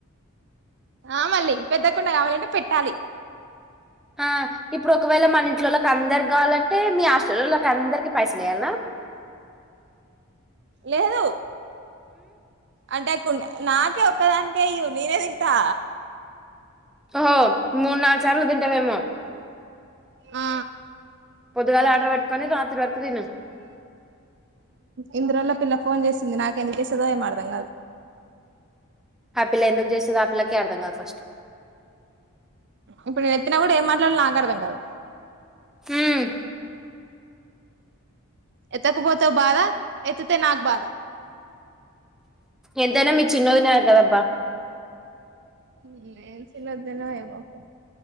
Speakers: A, on the right (about 50°); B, in the centre.
A: ఆ మల్లీ పెద్దకుండ కావాలంటే పెట్టాలి.
B: ఆ ఇప్పుడు ఒకవేల మన ఇంట్లోలకి అందరి గావాలంటే మీ హాస్టలలోకి అందరికీ పైసలెయాలా?
A: లేదు. అంటే కుండ నాకే ఒక్కదానికే ఇయూ నేనే తింటా.
B: ఓహో మూన్నాల్గు సార్లు తింటవేమో.
A: ఆ
B: పొద్దుగాలే ఆర్డర్ పెట్టుకొని, రాత్రి వరకు తిన్నా.
A: ఇంద్రాలో పిల్ల ఫోన్ చేసింది, నాకెందు చేస్తదో ఏమో అర్థం గాదు.
B: ఆ పిల్ల ఎందుకు చేస్తుదో ఆ పిల్లకే అర్థం గాదు ఫస్ట్.
A: ఇప్పుడు నేను ఎత్తినాగూడ ఏమ్మా ట్లడలొ నాకఅర్థం కాదు.
B: హ్మ్మ్
A: ఎత్తకపోతే ఒ బాద ఎత్తితే నాకు బాద.
B: ఎంతైనా మీ చిన్నోదినయే కదబ్బా.
A: హ్మ్ ఏం చిన్న వదిననో ఏమో. పో